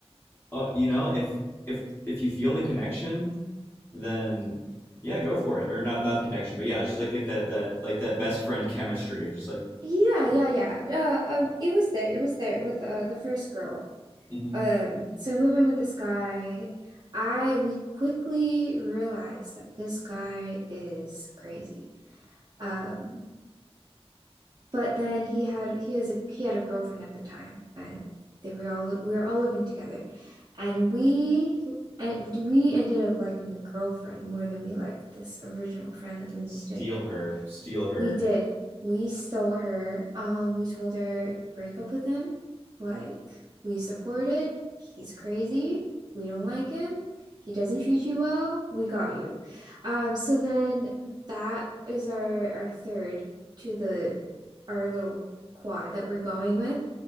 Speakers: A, on the left; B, on the right.
A: Uh, you know, if if if you feel the connection, then yeah, go for it. Or not not the connection, but yeah, it's just like, like that that like that best friend chemistry of just like
B: Yeah, yeah, yeah. Uh, um, it was there. It was there with uh the first girl.
A: Mm-hmm.
B: Um, so moving with this guy, I we quickly realized that this guy is crazy. Um, But then he had he has a he had a girlfriend at the time, and they were all we were all living together, and we and we ended up liking the girlfriend more than we liked this original friend that we moved
A: steal
B: in with.
A: her, steal her.
B: We did. We stole her. Um, we told her break up with him. Like, we support it. He's crazy. We don't like him. He doesn't treat you well. We got you. Um, so then that is our our third to the our little quad that we're going with.